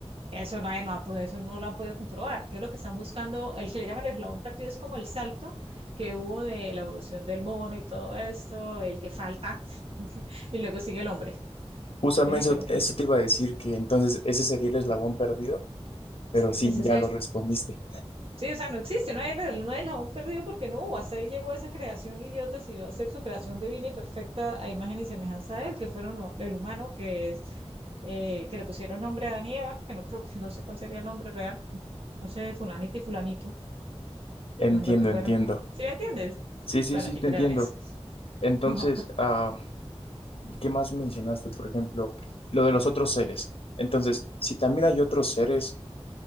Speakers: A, on the right; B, on the left.
A: Eso nadie no ha podido, eso no lo han podido comprobar. ¿Qué es lo que están buscando? El que le llaman el eslabón perdido es como el salto que hubo de la evolución del mono y todo esto, el que falta, <laughs> y luego sigue el hombre,
B: Justamente
A: que es el que
B: eso,
A: no.
B: eso te iba a decir que entonces ese sería el eslabón perdido, pero
A: Sí,
B: sí,
A: pues ese
B: ya lo
A: es el
B: respondiste.
A: Sí, o sea, no existe, no hay, el- no hay el jabón perdido porque no hubo. Hasta ahí llegó esa creación y Dios decidió hacer su creación divina y perfecta a imagen y semejanza de él, que fueron lo- el humano, que es eh, que le pusieron nombre a Adán y Eva, que no creo que no sé cuál sería el nombre real, no sé, fulanito y fulanito,
B: Entiendo,
A: imagino que fueron.
B: entiendo.
A: ¿Sí me entiendes?
B: Sí, sí,
A: Bueno,
B: sí,
A: yo
B: te
A: creo
B: entiendo.
A: en eso.
B: Entonces,
A: <laughs>
B: ah, ¿qué más mencionaste? Por ejemplo, lo de los otros seres. Entonces, si también hay otros seres